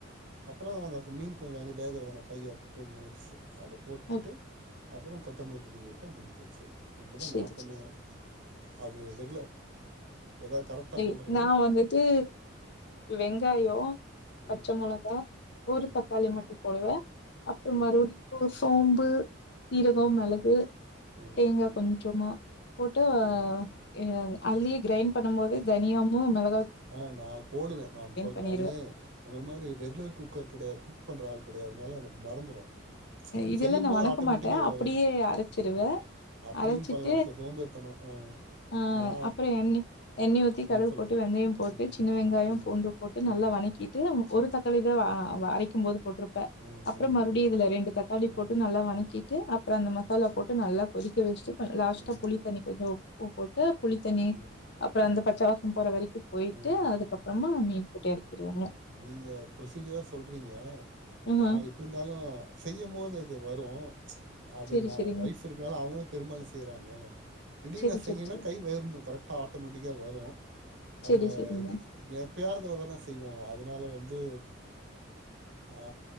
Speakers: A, on the right; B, on the left.
A: அப்புறம் மீன்ஞ்சம் போன ஃபிஃட்டின் மினிட்ஸ் அத போட்டுட்டு
B: ஓகே.
A: அப்புறம் கொத்தமல்லி தழை போட்டுட்டா முடிஞ்ச போச்சு இப்டிதா
B: சரி,
A: நா பண்ணுவே அது ரெகுலர் ஏதாவது கரெக்டா
B: ரி
A: சொல்றனா
B: நா வந்துட்டு வெங்காயோ பச்ச
A: ம்
B: மொளகா ஒரு
A: ம்
B: தக்காளி மட்டு போடுவே அப்பறம்
A: ம்
B: மறுபடியு கோஸ் சோம்பு சீரகம்
A: ம்
B: மெளகு
A: ம் ம்
B: தேங்கா
A: ம்
B: கொஞ்சமா போட்டு அ
A: ம் ம்
B: எ அதுலயே கிரைண்ட் பண்ணும் போது தனியாவும் மெளகா
A: ஆ நா அது போடுவே நான் சொ
B: பண்ணிருவேன்.
A: நானு உங்கள மாரி ரெகுலர் குக்கர் கிடையாது குக் பண்ற ஆள் கிடையாது அதனால எனக்கு மறந்துடும் அது
B: இதெல்லாம்
A: செய்யும்
B: நான்
A: போது
B: வணக்க
A: ஆட்டோமேட்டிக்கா
B: மாட்டேன்.
A: வரு
B: அப்படியே அரைச்சுருவேன்.
A: அ அப்டியு
B: அரைச்சிட்டு
A: பண்ணலா சேரி சோம்பேறித்தனம் ஆ
B: ஆ
A: நா
B: அப்பறம் எண்ணெய் எண்ணெயி ஊத்தி
A: ம்
B: கடுகு
A: சொல்லுங்க
B: போட்டு வெந்தயம் போட்டு
A: ம்
B: சின்ன வெங்காயம்
A: ம்
B: பூண்டு போட்டு
A: ம்
B: நல்லா வணக்கிட்டு
A: ம்
B: ஒரு தக்காளி தா ஆ வ அரைக்கும் போது போட்ருப்ப
A: ம் ம்
B: அப்பறம்
A: ம்
B: மறுபடி
A: ம் ம்
B: இதுல ரெண்டு தக்காளி
A: ம் ம்
B: போட்டு நல்லா
A: ம்
B: வணக்கிட்டு அப்பறம் அந்த மசாலா போட்டு நல்லா கொதிக்க வச்சிட்டு லாஸ்ட்
A: ம்
B: ஆ புளி தண்ணி கொஞ்சம் உப்பு போட்டு புளித்தண்ணி
A: ம்
B: அப்பறம்
A: ம்
B: அந்த
A: ம்
B: பச்ச வாசம் போற வரைக்கு போயிட்டு
A: ம்
B: அதுக்கப்பறமா மீன் போட்டு எறக்கிடுவாங்க
A: நீங்க ப்ரொசீஜரா சொல்றீங்க
B: ம்
A: நா எப்டி இருந்தாலு செய்யும் போது அது வரூ அது
B: செரி
A: நா
B: செரிங்க
A: ஒய்ஃப் இருக்கனால அவங்க தா பெரும்பாலு செய்யறாங்க தீடிர்னு
B: செரி
A: நா செய்னுன்னா
B: செரி செரி
A: கை வரனு கரெக்ட்டா ஆட்டோமேட்டிக்கா வரும் நம்ம
B: செரி செரிங்க
A: கே எப்பயாவது ஒரு தட தான செய்வோ அது இதுல வந்து ஆ